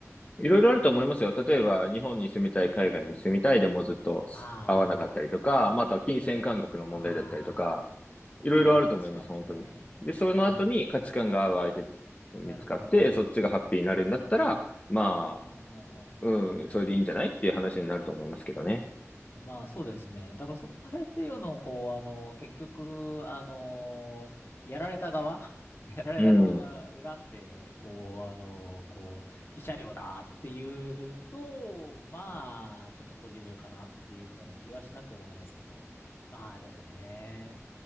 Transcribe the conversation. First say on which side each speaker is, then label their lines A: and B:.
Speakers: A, on the left; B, on the left.
A: いろいろあると思いますよ。例えば、日本に住みたい、
B: うんうんうん。
A: 海外に住みたいでもずっと合わなかったりとか、
B: あ
A: まああとは金銭感覚の問題だったりとか、
B: あ、
A: いろいろあると思います、
B: ああ、ああ、確かにね。
A: 本当に。で、その後に価値観が合う相手見つかって、
B: うん。なるほど、なるほど。
A: そっちがハッピーになるんだったら、
B: うんうん。
A: ま
B: うんうんうんうんうんうん。
A: あ、うん、それでいいんじゃないっていう話になると思いますけどね。
B: まあそうですね。だからそこら辺っていうのを、こう、あの、結局、あの、やられた側 <laughs> やられた側が恨んで、
A: うん。
B: こう、あの、こう、慰謝料だっていうと、まあ、ちょっとこじれるかなっていうふうな気はしなくもないですけど、まあでもね、